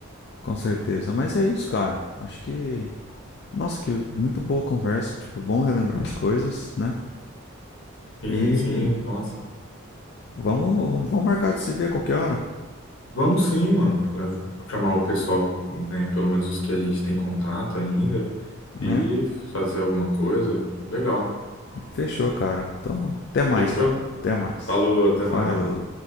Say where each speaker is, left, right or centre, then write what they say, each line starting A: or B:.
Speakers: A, on the left; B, on the left.
A: Com certeza. Mas é isso, cara. Acho que. Nossa, que muito boa conversa. Tipo, bom relembrar as coisas, né?
B: Sim,
A: E
B: sim, nossa.
A: vamos, vamos, vamos marcar de se ver qualquer hora,
B: Vamos sim, mano. Eu vou Chamar o pessoal, né? Pelo menos os que a gente tem contato ainda.
A: né?
B: e fazer alguma coisa. Legal.
A: Fechou, cara. Então, até mais,
B: Fechou?
A: cara. Até mais.
B: Falou, até
A: Falou.
B: mais.